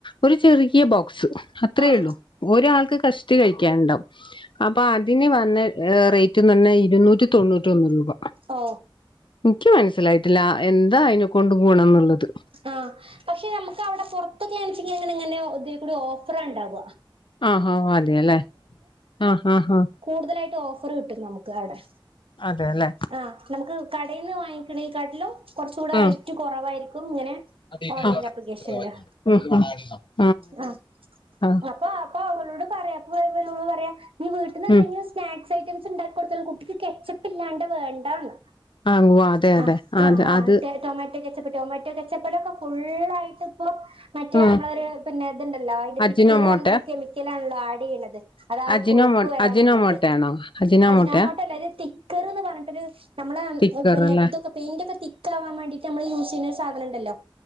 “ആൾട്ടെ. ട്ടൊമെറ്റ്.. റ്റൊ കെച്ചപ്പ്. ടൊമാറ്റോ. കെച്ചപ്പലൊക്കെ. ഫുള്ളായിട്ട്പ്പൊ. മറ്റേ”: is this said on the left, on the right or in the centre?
Right